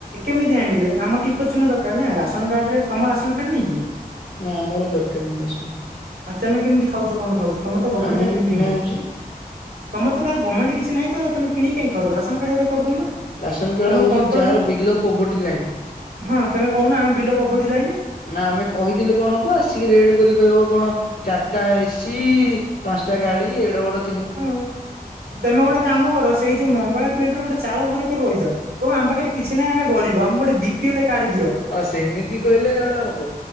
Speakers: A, on the right (about 85°); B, on the left (about 75°).
A: କେମିତି ଆଣିବେ ଆମ ଟିପୋ ଚିହ୍ନ ଦରକାର ନା ରାସନ କାର୍ଡରେ ତମ ରାସନ କାର୍ଡ ନାହିଁକି?
B: ନା ଆମର ଦରକାର ନାହିଁ ରାସନ
A: ଆଉ ତମେ କେମିତି ଖାଉଛ କଣ ଖାଉଛ ତମର ତ ଗମେଣ୍ଟ
B: ଆମେ
A: ଚାକିରି
B: ଆମର
A: ବି
B: କିଣା
A: ନୁହଁ
B: ହଉଛି
A: ତମର ତ କେବେ ଗମେଣ୍ଟ୍ ବି କିଛି ନାଇଁତ ତମେ କିଣିକି କାଇଁ ଖାଉଛ ରାସନ କାଡ୍ ଗୋଟେ କରିଦଉନ।
B: ରାସନ କାର୍ଡ
A: ତମର
B: ହଉଛି
A: କଣ୍ଟ୍ରୋଲରୁ
B: ଯାହାର ବିଲୋ ପୋଭର୍ଟି ଲାଇନ୍।
A: ହଁ ତମେ କହୁନ ଆମେ ବିଲୋ ପୋଭର୍ଟି ଲାଇନି।
B: ନା ଆମେ କହିଥିଲେ କଣ ହବ ଆସିକି ରେଡ କରି କହିବ କଣ ଚାରିଟା ଏସି ଦଶଟା ଗାଡି ଏଡେବଡ଼
A: ହଁ ତମେ ଗୋଟେ କାମ କର ସେଇ ଯୋଉ ମଙ୍ଗଳା ପିଢ ର ଗୋଟେ ଚାଳ ଘର କରି ରହିଯାଉ କ ଆମ ପାଖରେ କିଛି ନାହିଁ ଆମେ ଗିରିବ। ଆମ ଗୋଟେ ବି ପି ଏଲ କାର୍ଡ ଦିଅ।
B: ହଁ ସେମିତି କହିଲେ ଗୋଟେ ହବ